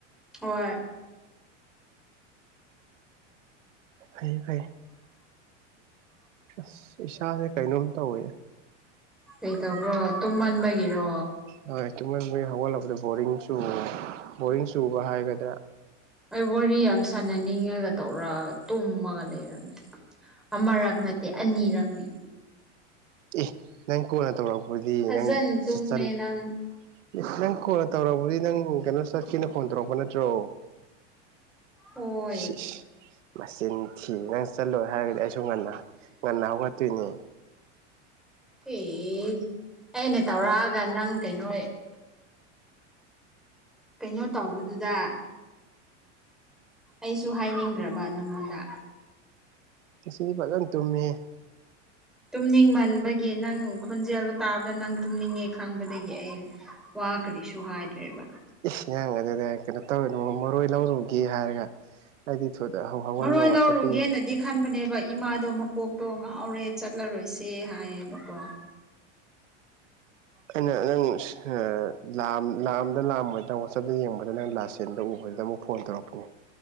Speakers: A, in the centre; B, on the right.
A: ꯍꯣꯏ
B: ꯐꯩ ꯐꯩ ꯑꯁ ꯏꯁꯥꯁꯦ ꯀꯩꯅꯣꯝ ꯇꯧꯋꯦ
A: ꯀꯩꯇꯧꯕ꯭ꯔꯣ ꯇꯨꯝꯃꯟꯕꯒꯤꯔꯣ
B: ꯍꯣꯢ ꯇꯨꯝꯃꯟꯕꯩ ꯍꯧꯒꯠꯂꯛꯄꯗ ꯕꯣꯔꯤꯡ ꯆꯨ ꯕꯣꯔꯤꯡ ꯆꯨꯕ ꯍꯥꯏꯒꯗ꯭ꯔꯥ
A: ꯑꯩ ꯋꯥꯔꯤ ꯌꯥꯝ ꯁꯥꯟꯅꯅꯤꯡꯉꯒ ꯇꯧꯔꯛꯑꯒ ꯇꯨꯝꯃꯒ ꯂꯩꯔꯝꯃꯤ ꯑꯃꯔꯛ ꯅꯠꯇꯦ ꯑꯅꯤꯔꯛꯅꯤ
B: ꯑꯦ ꯅꯪ ꯀꯣꯟꯅ ꯇꯧꯔꯛꯄꯗꯤ
A: ꯐꯖꯅ
B: ꯅꯪ
A: ꯇꯨꯝꯃꯦ
B: ꯆꯠꯂꯒ
A: ꯅꯪ
B: ꯑꯦ ꯅꯪ ꯀꯣꯟꯅ ꯇꯧꯔꯛꯕꯗꯤ ꯅꯪ ꯀꯩꯅꯣ ꯆꯠꯀꯦꯅ ꯐꯣꯟ ꯇꯧꯔꯛꯄ ꯅꯠꯇ꯭ꯔꯣ
A: ꯍꯣꯏ
B: ꯁꯤꯁ ꯃꯆꯤꯟ ꯊꯤ ꯅꯪ ꯆꯠꯂꯣꯏ ꯍꯥꯏꯔꯗꯤ ꯑꯩꯁꯨ ꯉꯟꯅ ꯉꯟꯅ ꯍꯧꯒꯠꯇꯣꯏꯅꯦ
A: ꯑꯦ ꯑꯩꯅ ꯇꯧꯔꯛꯑꯒ ꯅꯪ ꯀꯩꯅꯣ ꯀꯩꯅꯣ ꯇꯧꯕꯗꯨꯗ ꯑꯩꯁꯨ ꯍꯥꯏꯅꯤꯡꯗ꯭ꯔꯕ ꯅꯪꯉꯣꯟꯗ
B: ꯉꯁꯤꯗꯤ ꯐꯖꯅ ꯇꯨꯝꯃꯦ
A: ꯇꯨꯝꯅꯤꯡꯃꯟꯕꯒꯤ ꯅꯪ ꯈꯣꯟꯖꯦꯜ ꯇꯥꯕꯗ ꯅꯪ ꯇꯨꯝꯅꯤꯡꯉꯦ ꯈꯪꯕꯗꯒꯤ ꯑꯩ ꯋꯥ ꯀꯔꯤꯁꯨ ꯍꯥꯏꯗ꯭ꯔꯦꯕ
B: ꯏꯁ ꯅꯪꯅ ꯑꯗꯨꯗ ꯀꯩꯅꯣ ꯇꯧꯔꯦꯅ ꯃꯔꯣꯏ ꯂꯧꯔꯨꯒꯦ ꯍꯥꯏꯔꯒ ꯍꯥꯏꯗꯤ ꯊꯨꯅ ꯍꯧꯒꯠꯂꯒ
A: ꯃꯔꯣꯏ
B: ꯋꯥꯠꯆꯞ
A: ꯂꯧꯔꯨꯒꯦꯅꯗꯤ
B: ꯄꯥꯏꯌꯦ
A: ꯈꯟꯕꯅꯦꯕ ꯏꯃꯥꯗꯣ ꯃꯀꯣꯛꯇꯣ ꯉꯥꯎꯔꯦ ꯆꯠꯂꯔꯣꯏꯁꯦ ꯍꯥꯏꯌꯦꯕꯀꯣ
B: ꯑꯩꯅꯪ <unintelligible> ꯂꯥꯛꯑꯝꯗ ꯂꯥꯛꯑꯝꯃꯣꯢꯗ ꯋꯥꯆꯞꯇ ꯌꯦꯡꯕꯗ ꯅꯪ ꯂꯥꯁꯁꯤꯟꯗ ꯌꯦꯡꯕꯗ ꯑꯃꯨꯛ ꯐꯣꯟ ꯇꯧꯔꯛꯄꯅꯦ